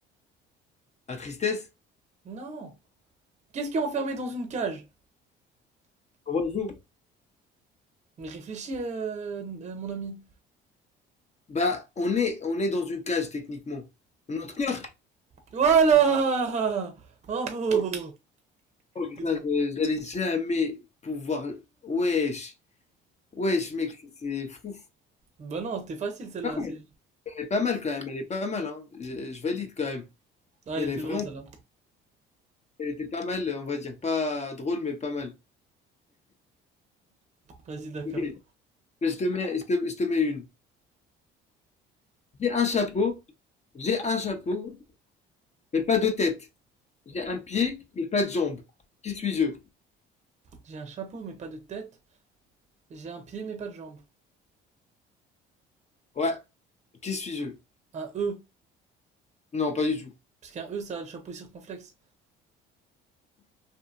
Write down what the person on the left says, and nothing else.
la tristesse,
l'oiseau,
bah, on est, on est dans une cage techniquement. Notre cœur,
quand on
est euh, j'allais jamais pouvoir. Wesh, wesh, mec, c'est c'est fou.
Pas mal,
Elle est pas mal quand même, elle est pas mal, hein. Je, je valide quand même.
Elle
est vraiment,
elle était pas mal, on va dire, pas drôle, mais pas mal.
Ok, Je te mets, je te, je te mets une. J'ai un chapeau, j'ai un chapeau, mais pas de tête. J'ai un pied, mais pas de jambe. Qui suis-je?
Ouais. Qui suis-je?
Non, pas du tout.